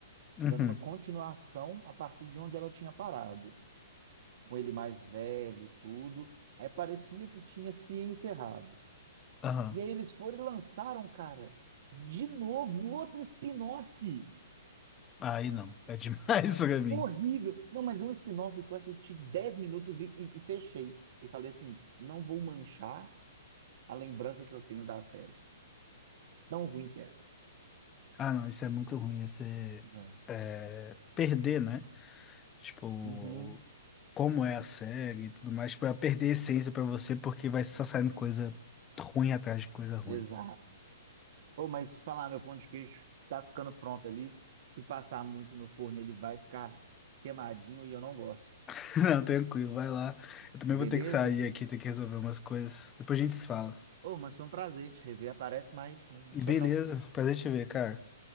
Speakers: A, on the left; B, on the right.
A: Uhum,
B: dando uma continuação a partir de onde ela tinha parado, com ele mais velho e tudo. Aí parecia que tinha se encerrado.
A: aham.
B: E aí eles foram e lançaram, cara, de novo, outro spin-off.
A: Aí não, é demais <laughs> pra mim.
B: Horrível. Não, mas é um spin-off que eu assisti 10 minutos e, e e fechei. E falei assim, não vou manchar a lembrança que eu tenho da série. Tão ruim que era.
A: Ah, não, isso é muito ruim. Você
B: É.
A: é, perder, né? Tipo,
B: Uhum,
A: como é a série e tudo mais. Tipo, vai perder a essência pra você porque vai só saindo coisa ruim atrás de coisa ruim.
B: exato. Pô, mas te falar, meu pão de queijo tá ficando pronto ali. Se passar muito no forno, ele vai ficar queimadinho e eu não gosto.
A: <laughs> Não, tranquilo, vai lá. Eu também
B: Beleza?
A: vou ter que sair aqui, ter que resolver umas coisas. Depois a gente se fala.
B: Ô, mas foi um prazer te rever. Aparece mais, não
A: Beleza,
B: some não.
A: prazer te ver, cara.